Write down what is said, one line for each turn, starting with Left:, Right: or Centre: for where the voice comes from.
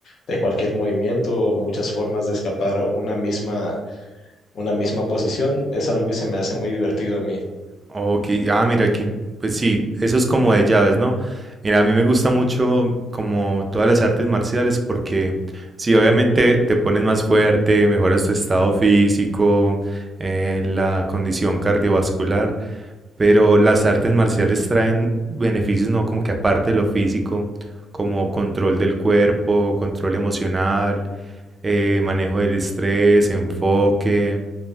Left: de cualquier movimiento o muchas formas de escapar una misma, una misma posición. Es algo que se me hace muy divertido a mí.
Right: Ok, ah, mira, que, pues sí, eso es como de llaves, ¿no? Mira, a mí me gusta mucho como todas las artes marciales porque sí, obviamente te pones más fuerte, mejoras tu estado físico, eh, la condición cardiovascular, pero las artes marciales traen beneficios, ¿no? Como que aparte de lo físico, como control del cuerpo, control emocional, eh, manejo del estrés, enfoque